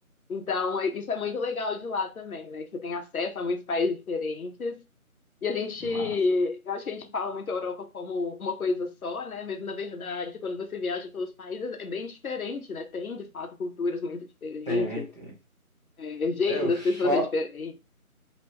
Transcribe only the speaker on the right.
mas,
tem, tem.
É, o
choque,